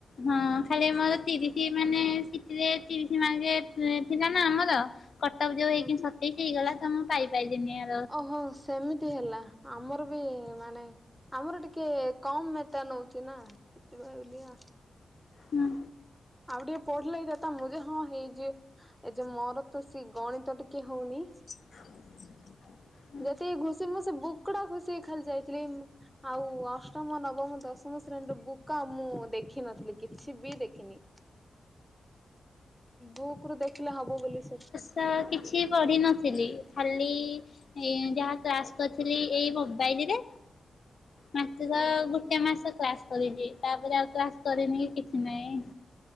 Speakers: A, on the left; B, in the centre.
A: ହଁ ଖାଲି ମତେ ତିରିଶ ମାନେ ସିଟିରେ ତିରିଶ ମାର୍କ ଥିଲା ନା ଆମର। କଟପ ଯୋଉ ହେଇକି
B: ହୁଁ।
A: ସତେଇସି ହେଇଗଲା ତ ମୁଁ ପାଇପାରିଲିିନି ଆଉ।
B: ଓହୋ ସେମିତି। ହେଲା ଆମର ବି ମାନେ ଆମର ଟିକେ କମ୍ ମେତା ନଉଛି ନା। ସେତେପାଇ ବଲିଆ
A: ହଁ।
B: ଆଉ ଟିକେ ପଢିଲେ ଏ ଦେତା ମୁ ଯେ ହଁ ହେଇଯିବ। ଏ ଯେ ମୋର ତ ସେ ଗଣିତ ଟିକେ ହଉନି।
A: <inaudible>
B: ଯେତିକି ଘୁଷି ମୁଁ ସେ ବୁକୁଟା ଘୋଷୀକି ଖାଲି ଯାଇଥିଲି ଆଉ ଅଷ୍ଟ ଅଷ୍ଟମ ନବମ ଦଶମ ଶ୍ରେଣୀର ବୁକ୍। କାମୋ ମୁଁ ଦେଖିନଥିଲି କିଛି ବି ଦେଖିନି। ବୁକ ରୁ ଦେଖିଲେ ହବ ବୋଲି ସେରିକା।
A: ତ କିଛି ପଢ଼ିନଥିଲି ଖାଲି ଏଇ ଯାହା କ୍ଲାସ କରିଥିଲି ଏଇ ମୋବାଇଲରେ। ମତେ ତ
B: ଓହୋ
A: ଗୋଟେ ମାସ କ୍ଲାସ କରିଛି ତାପରେ ଆଉ କ୍ଲାସ କରିନି କିଛି ନାହିଁ।